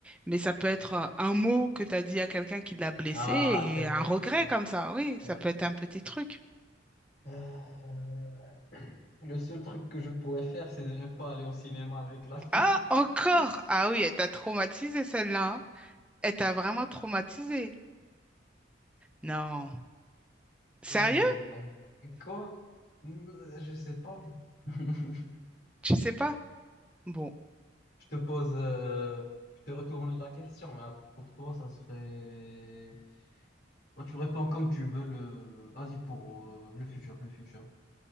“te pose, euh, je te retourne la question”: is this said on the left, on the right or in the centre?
Left